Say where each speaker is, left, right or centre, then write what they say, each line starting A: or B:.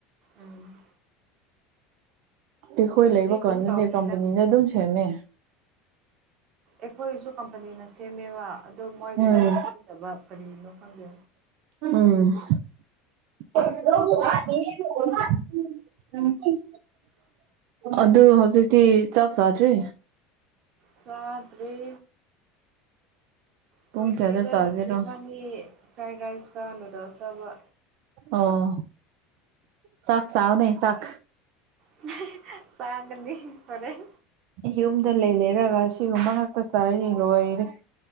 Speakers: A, on the right; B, on the right.
A: ꯎꯝ
B: ꯇꯈꯣꯏ
A: ꯁꯤꯗꯗꯤ
B: ꯂꯩꯕ
A: ꯑꯗꯨꯝ
B: ꯀꯥꯟꯗꯅꯦ
A: ꯇꯧꯕꯅꯤꯗ
B: ꯀꯝꯄꯅꯤꯅ ꯑꯗꯨꯝ ꯁꯦꯝꯃꯦ
A: ꯑꯩꯈꯣꯏꯁꯨ ꯀꯝꯄꯅꯤꯅ ꯁꯦꯝꯃꯦꯕ ꯑꯗꯣ ꯃꯣꯏꯒꯤꯗꯣ
B: ꯎꯝ
A: ꯁꯦꯝꯗꯕ ꯀꯔꯤꯒꯤꯅꯣ ꯈꯪꯗꯦ
B: ꯎꯝ <unintelligible> ꯑꯗꯨ ꯍꯧꯖꯤꯛꯇꯤ ꯆꯥꯛ ꯆꯥꯗ꯭ꯔꯤ
A: ꯆꯥꯗ꯭ꯔꯤ ꯀꯨꯏꯗ꯭ꯔꯤꯗ
B: ꯄꯨꯡ ꯀꯌꯥꯗ ꯆꯥꯒꯦꯔꯣ
A: ꯏꯕꯥꯅꯤ ꯐ꯭ꯔꯥꯏ ꯔꯥꯏꯁꯀ ꯅꯨꯗꯜꯁ ꯁꯕ
B: ꯑꯣ ꯆꯥꯛ ꯆꯥꯎꯅꯦ ꯆꯥꯛ
A: <unintelligible> ꯆꯥꯡꯒꯅꯤ ꯍꯣꯔꯦꯟ
B: ꯌꯨꯝꯗ ꯂꯩ ꯂꯩꯔꯒ ꯁꯤꯒꯨꯝꯕ ꯉꯥꯛꯛꯇ ꯆꯥꯔꯗꯤ ꯂꯣꯏꯔꯦ